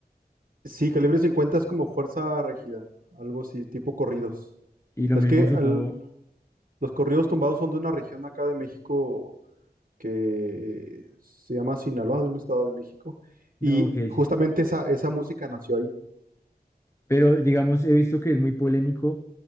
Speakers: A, on the right; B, on the left.
A: Sí, calibre 50 es como fuerza rígida, algo así, tipo corridos.
B: y lo
A: Es
B: mismo
A: que
B: supongo,
A: al- los corridos tumbados son de una región acá de México que se llama Sinaloa, de un estado de México, y
B: ok, sí.
A: justamente esa, esa música nació ahí.
B: Pero digamos, he visto que es muy polémico